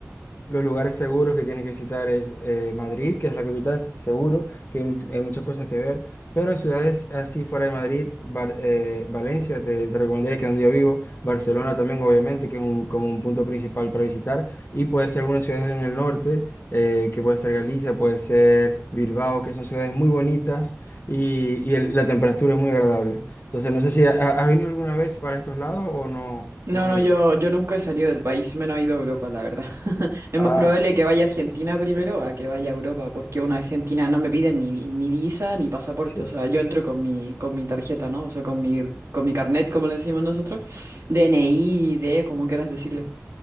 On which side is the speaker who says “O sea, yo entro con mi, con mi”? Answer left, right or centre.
Right